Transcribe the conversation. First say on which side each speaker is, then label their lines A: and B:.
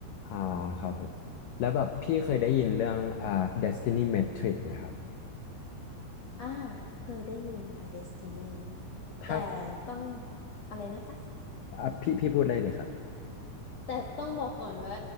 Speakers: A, on the left (about 85°); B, on the left (about 65°).
A: อ่าครับผมแล้วแบบพี่เคยได้ยินเรื่องอ่า Destiny Matrix ไหมครับ
B: อ่าเคยได้ยินค่ะ Destiny
A: ถ้า
B: แต่ต้องอะไรนะคะ
A: อ่ะพี่พี่พูดได้เลยครับ
B: แต่ต้องบอกก่อนว่า